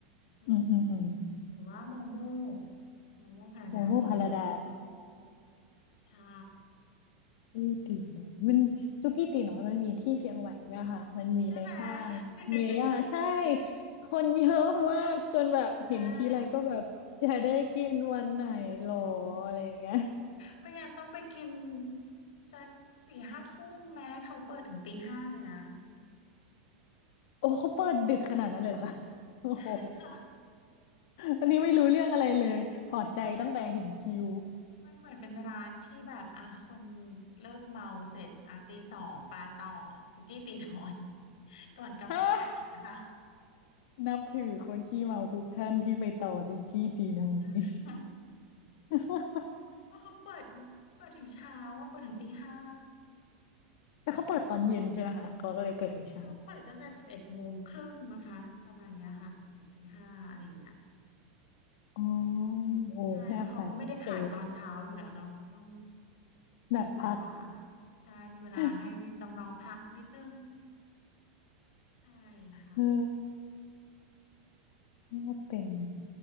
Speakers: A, on the left; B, on the left.
A: อืม
B: อืมอืมอืม
A: หรือว่าโมโมโมโมพาราไดซ์
B: โมโมพาราได
A: ใช่
B: ที่ตีน้อยมันสุกี้ตีน้อยมันมีที่เชียงใหม่ด้วยค่ะมันมีในห้างเมย่าใช่
A: ใช่ไหม <laughs>
B: คนเยอะมากจนแบบเห็นทีไรก็แบบอยากได้กินวันไหนหรอ
A: ใช่
B: อะไรอย่างเงี้ย
A: ไม่งั้นต้องไปกินสักสี่ห้าทุ่มแม้เขาเปิดถึงตีห้าเลยนะ
B: โอ้เขาเปิดดึกขนาดนั้นเลยเหรอคะโอ้โห
A: ใช่ค่ะ
B: อันนี้ไม่รู้เรื่องอะไรเลยถอดใจตั้งแต่เห็นคิว
A: เออมันเหมือนมันเหมือนเป็นร้านที่แบบอ่ะคนเลิกเมาเสร็จอ่ะตีสองปาต่อสุกี้ตีน้อย <laughs> ก่อนกลับบ้านอย่างเงี้ยค่ะ
B: ฮะนับถือคนขี้เมาทุกท่านที่ไปต่อสุกี้ตีน้อย
A: <laughs>
B: <laughs>
A: เพราะเขาเปิดเปิดถึงเช้าว่าเปิดถึงตีห้า
B: แต่เขาเปิดตอนเย็นใช่ไหมคะเขาก็เลยเปิดถึงเช้า
A: เขาเปิดตั้งแต่สิบเอ็ดโมงครึ่งนะคะประมาณเนี้ยค่ะถึงตีห้าอะไรอย่างเงี้ย
B: อ๋อโอ้น่าไปโอเค
A: ใช่เพราะเขาก็ไม่ได้ขายตอนเช้าอยู่แล้วเนาะเขาก็ต้อง
B: แบบพัก
A: มีเวลาใช่มีเวลาให้น้องๆพักนิดนึง
B: <laughs>
A: ใช่ค่ะ
B: เออว่าเป็น